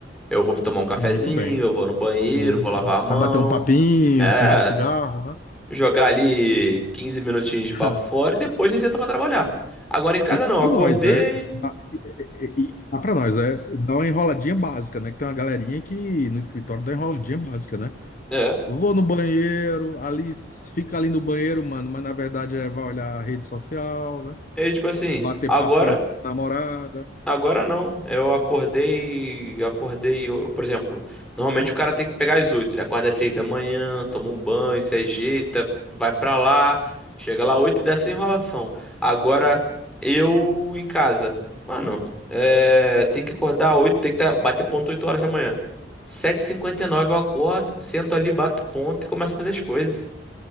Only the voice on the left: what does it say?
muito bem,
muito
bem.
Vai bater um papinho,
fumar um cigarro, né?
<laughs>
E cá
pra
nós, né? Ah, E, e, e cá pra nós, é, dá uma enroladinha básica, né? Que tem uma galerinha que no escritório dá enroladinha básica, né?
Vou no banheiro, ali s- fica ali no banheiro, mano, mas na verdade é vai olhar a rede social, né?
Bater
papo com a namorada.